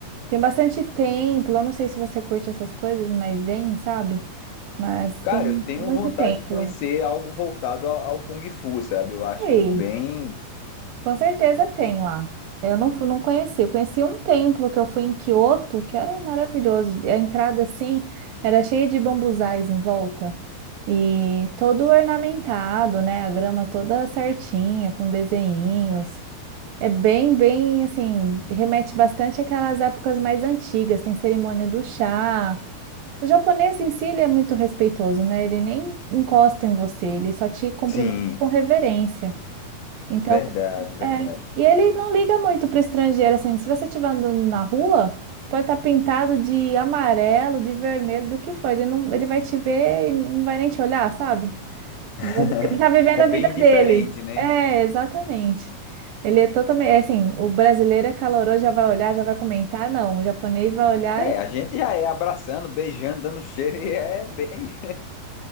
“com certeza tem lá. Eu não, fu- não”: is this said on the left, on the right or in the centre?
Right